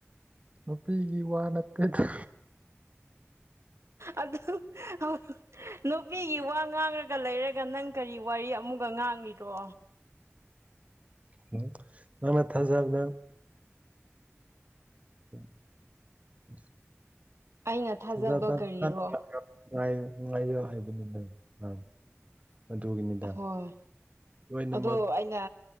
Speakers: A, on the right; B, on the right.
A: ꯅꯨꯄꯤꯒꯤ ꯋꯥ ꯅꯠꯇꯦꯗ
B: ꯑꯗꯨ <unintelligible> ꯅꯨꯄꯤꯒꯤ ꯋꯥ ꯉꯥꯡꯉꯥ ꯒꯥ ꯂꯩꯔꯒ ꯅꯪ ꯀꯔꯤ ꯋꯥꯔꯤ ꯑꯃꯨꯛꯒ ꯉꯥꯡꯂꯤꯔꯣ
A: ꯎꯝ ꯅꯪꯅ ꯊꯥꯖꯕꯗ <unintelligible>
B: ꯑꯩꯅ ꯊꯥꯖꯕ
A: ꯊꯖꯥꯕꯗ
B: ꯀꯔꯤꯔꯣ
A: <unintelligible> ꯉꯥꯏꯌꯣ ꯉꯥꯏꯌꯣ ꯍꯥꯏꯕꯅꯤꯗ ꯅꯪ ꯑꯗꯨꯒꯤꯅꯤꯗ
B: ꯍꯣꯏ
A: ꯂꯣꯏꯅꯃꯛ
B: ꯑꯗꯣ ꯑꯩꯅ